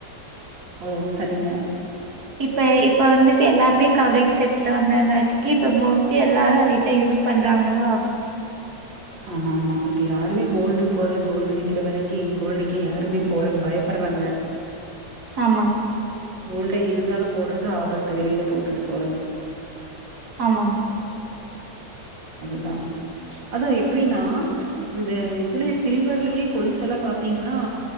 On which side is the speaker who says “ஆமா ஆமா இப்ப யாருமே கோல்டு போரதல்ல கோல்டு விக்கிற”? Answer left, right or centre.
Right